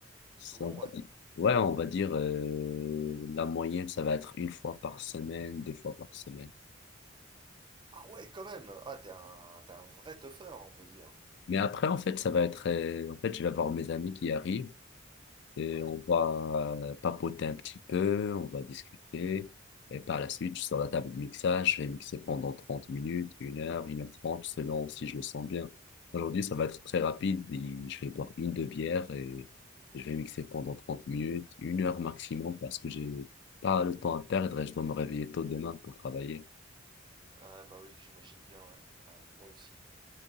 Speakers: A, on the left (about 65°); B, on the right (about 25°).
A: C'est-
B: souvent,
A: on va
B: ouais.
A: dire- Ouais, on va dire, euh, la moyenne, ça va être une fois par semaine, deux fois par semaine.
B: Ah ouais, quand même! Ah, t'es un, t'es un vrai teufeur, on peut dire.
A: Mais après, en fait, ça va être, euh, en fait, je vais avoir mes amis qui arrivent et
B: Ouais.
A: on va euh, papoter un petit peu, on va discuter. Et par la suite, je suis sur la table de mixage, je vais mixer pendant 30 minutes, une heure, une heure trente, selon si je le sens bien. Aujourd'hui, ça va être très rapide. et Je vais boire une, deux bières et je vais mixer pendant 30 minutes, une heure maximum parce que j'ai pas le temps à perdre et je dois me réveiller tôt demain pour travailler.
B: Ah bah oui, j'imagine bien, ouais. Ouais, moi aussi.